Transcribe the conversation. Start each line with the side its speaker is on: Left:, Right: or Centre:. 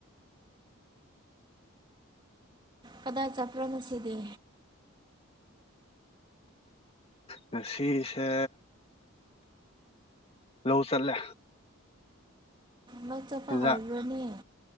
Right: ꯀꯗꯥꯏ ꯆꯠꯄ꯭ꯔꯥ ꯉꯁꯤꯗꯤ
Left: ꯉꯁꯤꯁꯦ ꯂꯧ ꯆꯠꯂꯦ
Right: ꯅꯪ ꯆꯠꯄ
Left: ꯍꯦꯟꯖꯥꯡ
Right: ꯍꯥꯏꯕ꯭ꯔꯣꯅꯦ